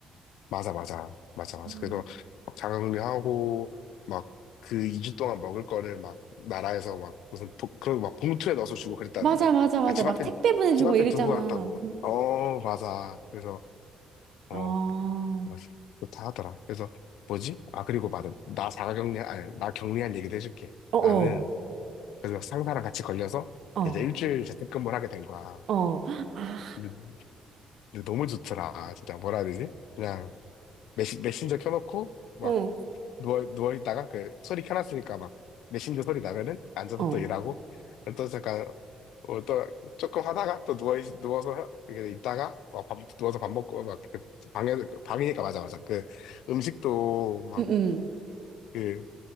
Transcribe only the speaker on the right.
음.
맞아, 맞아, 맞아.
막
택배 보내주고
막 이랬잖아.
아, 어
어어.
어.
어, 아,
어,
어,
응, 응.